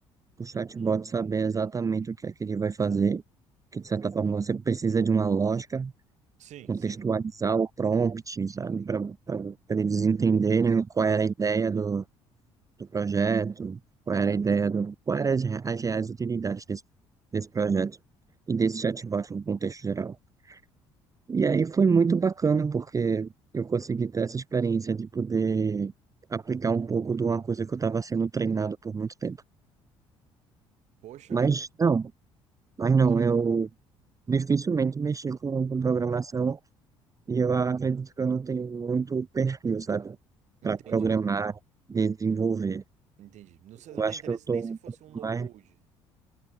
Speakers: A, on the right; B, on the right.
A: o chatbot
B: Uhum.
A: saber exatamente o que é que ele vai fazer, que de certa forma você precisa de uma lógica,
B: Sim,
A: contextualizar
B: sim.
A: o prompt, sabe, para eles entenderem qual era a ideia do, do projeto, qual era a ideia do, qual eram as, re- as reais utilidades desse, desse projeto e desse chatbot no contexto geral. E aí foi muito bacana, porque eu consegui ter essa experiência de poder aplicar um pouco de uma coisa que eu estava sendo treinado por muito tempo.
B: Poxa,
A: Mas
B: cara,
A: não, mas
B: da
A: não,
B: hora.
A: eu dificilmente mexi com, com programação e eu acredito que eu não tenho muito perfil, sabe?
B: Entendi,
A: Para programar, desenvolver.
B: entendi. Não,
A: Eu
B: você não tem
A: acho
B: interesse
A: que eu tô
B: nem
A: um
B: se fosse
A: pouco
B: um no-code.
A: mais.